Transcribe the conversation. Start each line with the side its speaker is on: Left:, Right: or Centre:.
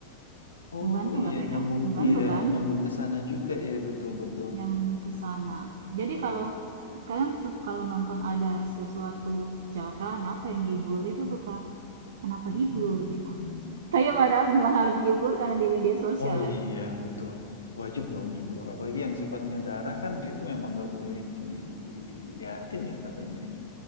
Left: Oh
Right: Membantu
Left: iya
Right: nggak mereka?
Left: nyambung
Right: Membantu
Left: iya
Right: kan?
Left: nyambung ke sana juga ya betul betul.
Right: nyambung ke sana. Jadi
Left: Bat-
Right: kalau kalian kalau nonton ada sesuatu kecelakaan apa yang di blur itu suka kenapa
Left: Hmm.
Right: di blur gitu. <laughs> Tapi padahal memang harus di blur karena di media sosial
Left: Oh
Right: ya.
Left: iya betul wajib dong di blur apalagi yang sifatnya darah kan itu memang nggak boleh diliatin ya katanya. ya.